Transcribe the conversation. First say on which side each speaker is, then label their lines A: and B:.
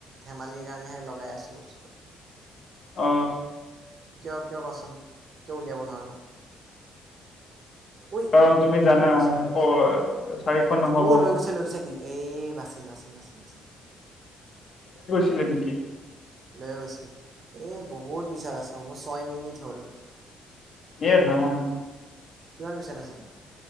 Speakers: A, on the right; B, on the left.
A: ধেমালিৰ কাৰণেহে লগাই আছো বস্তুটো।
B: অ।
A: কিয় কিয় কোৱাচোন কিয় উলিয়াব নোৱাৰো? ঐ
B: কাৰণ তুমি জানা
A: লৈ গৈছে লৈ
B: প-
A: গৈছে
B: চাৰিশ নহ'ব
A: অ লৈ গৈছে লৈ গৈছে দিলে। এই বাচিল বাচিল বাচিল।
B: ছিলে নেকি?
A: লৈ গৈছিল। এ বহুত বিচাৰ আছে মোৰ ছয় মিনিট হ'ল।
B: এ ৰাম
A: কিমান পিছত আছে তোৰ?